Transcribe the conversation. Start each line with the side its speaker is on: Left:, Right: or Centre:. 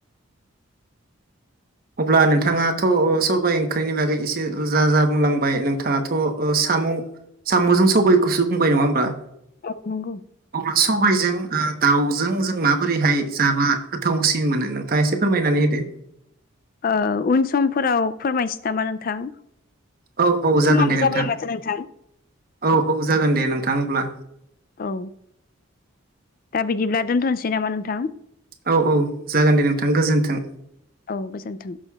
Right: अब्ला नोंथाङाथ' सबाय ओंख्रिनि बागै एसे जा जा बुंलांबाय नोंथाङाथ' साम' साम'जों सबायखौसो बुंबाय नङा होनबा।
Left: अह नांगौ।
Right: अब्ला सबायजों दाउजों जों माबोरैहाय जाबा गोथावसिन मोनो नों दा एसे फोरमायनानै होदो।
Left: ओ उन समफोराव फोरमायसै नामा नोंथां।
Right: औ औ
Left: समाबो
Right: जागोन दे नोंथां
Left: जाबाय माथो नोंथां
Right: औ औ जागोन दे नोंथां अब्ला।
Left: औ दा बिदिब्ला दोनथ'नोसै नामा नोंथां।
Right: औ औ जागोन दे नोंथां गोजोन्थों।
Left: औ गोजोन्थों।